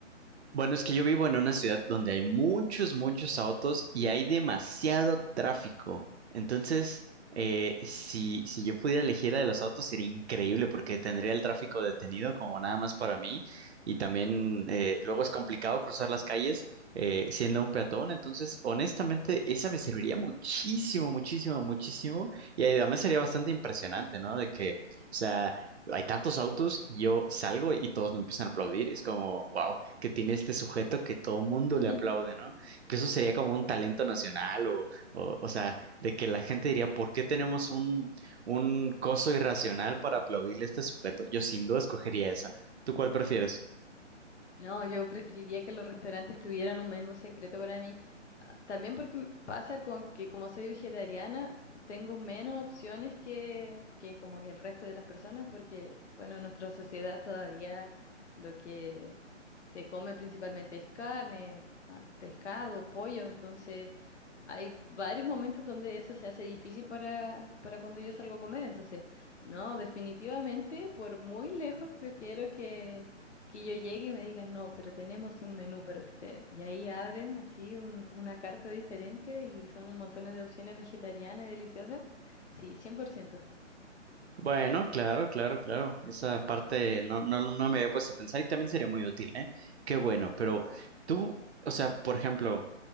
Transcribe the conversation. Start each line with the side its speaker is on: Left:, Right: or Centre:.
Right: Bueno, es que yo vivo en una ciudad donde hay muchos, muchos autos y hay demasiado tráfico. Entonces, eh, si, si yo pudiera elegir la de los autos sería increíble porque tendría el tráfico detenido como nada más para mí y también eh, luego es complicado cruzar las calles eh, siendo un peatón. Entonces, honestamente, esa me serviría muchísimo, muchísimo, muchísimo y además sería bastante impresionante, ¿no? De que... O sea, hay tantos autos y yo salgo y todos me empiezan a aplaudir. Y es como, wow, que tiene este sujeto que todo mundo
Left: <laughs>
Right: le aplaude, ¿no? Que eso sería como un talento nacional o, o, o sea, de que la gente diría, ¿por qué tenemos un, un coso irracional para aplaudirle a este sujeto? Yo sin duda escogería esa. ¿Tú cuál prefieres?
Left: No, yo preferiría que los restaurantes tuvieran un menú secreto para mí. Ah, También porque m- pasa con que como soy vegetariana, tengo menos opciones que, que como que el resto de las personas, porque bueno, en nuestra sociedad todavía lo que se come principalmente es carne, ah, pescado, pollo, entonces hay varios momentos donde eso se hace difícil para, para cuando yo salgo a comer. Entonces, no, definitivamente, por muy lejos, prefiero que, que yo llegue y me digan, no, pero tenemos un menú para usted. Y ahí abren así un- una carta diferente y son un montón de opciones vegetarianas y deliciosas. Sí, cien por ciento
Right: Bueno, claro, claro, claro. Esa parte no, no, no me había puesto a pensar y también sería muy útil, ¿eh? Qué bueno, pero tú, o sea, por ejemplo,